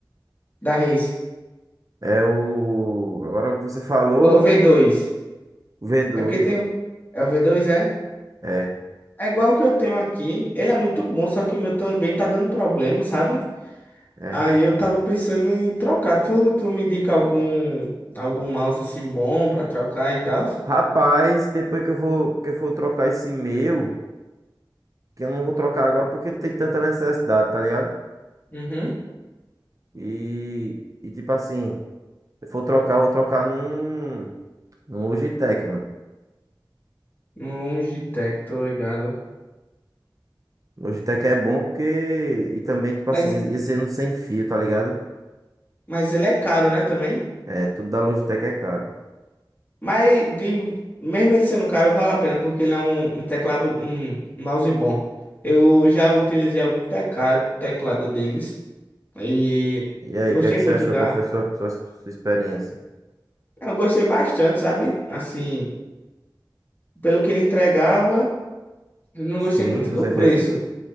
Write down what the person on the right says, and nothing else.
É o. Agora que você falou,
o v dois.
mano.
É.
É.
Rapaz, depois que eu vou, que eu for trocar esse e-mail, que eu não vou trocar agora porque não tem tanta necessidade, tá ligado?
E, e tipo assim, se eu for trocar, eu vou trocar num, num Logitech, mano.
Logitech é bom porque, e também, tipo assim,
ia, ia ser um sem fio, tá ligado?
É, tudo da Logitech é caro.
E aí,
o que é que
você achou?
Qual foi sua, sua, sua experiência?
Sim,
com
certeza.